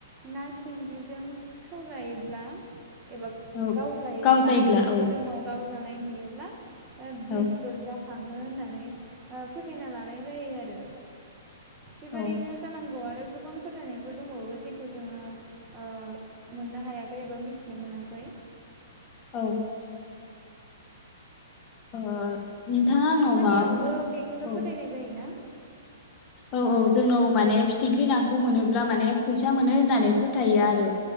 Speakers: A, on the right (about 15°); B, on the left (about 20°).
A: ना सिंगिजों सौजायोब्ला एबा
B: औ
A: गाव जायो
B: जायोब्ला औ
A: मोदोमाव गाव जानाय नुयो ब्ला ओ बिसफोर
B: औ
A: जाखाङो होननानै ओ फोथायना लानाय जायो आरो बेबादैनो
B: औ
A: जानांगौ आरो गोबां फोथायनायफोर दंबावो जेखौ जोङो ओ मोननो हायाखै एबा मिथिनो मोनाखै
B: औ ओ नोंथाङा
A: नोंथांमोननियावबो
B: आंनाव माबाफोर
A: बेखौनो
B: औ
A: फोथायनाय जायोना
B: औ औ जोंनाव माने फिथिख्रि नाखौ मोनोब्ला माने फैसा मोनो होननानै फोथायो आरो